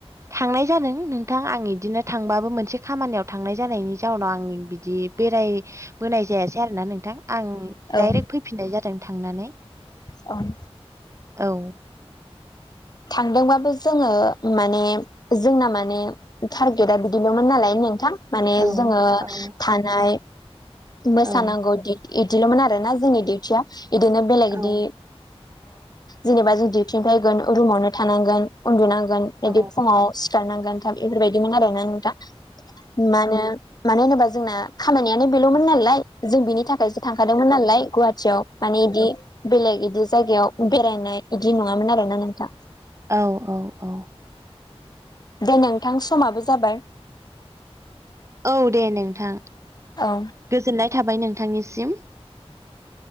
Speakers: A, on the right (about 25°); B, on the left (about 40°).
A: थांनाय जादों नोंथां आं बिदिनो थांबाबो मोनसे खामानियाव थांनाय जानायनि जाउनाव आं बिदि बेरायबोनाय जायासै आरो ना नोंथां आं दडाइरेक्ट
B: औ
A: फैफिननाय जादों थांनानै
B: ओं
A: औ
B: थांदोंबाबो जोङो माने जोंना माने टारगेटा बिदिल'मोन नालाय नोंथां माने
A: औ
B: जोङो
A: औ
B: थानाय मोसानांगौ
A: औ
B: बिदिल'मोन आरो ना जोंनि डिउथिया बिदिनो बेलेगदि
A: औ
B: जेनेबा जों डिउटिनिफ्राय रुमावनो थानांगोन उन्दुनांगोन बिदि
A: औ
B: फुङाव सिखारनांगोन थाब बेफोरबायदिमोन आरोना नोंथां मा होनो मानो होनोबा जोंना खामानियानो बेल'मोन नालाय जों बिनि थाखाय सो थांखादोंमोन नालाय गुवाहाटियाव माने बिदि बेलेग बिदि जायगायाव बेरायनाय इदि नङामोन आरोना नोंथां
A: औ औ औ
B: दे नोंथां समाबो जाबाय
A: औ दे नोंथां
B: औ
A: गोजोननाय थाबाय नोंथांनिसिम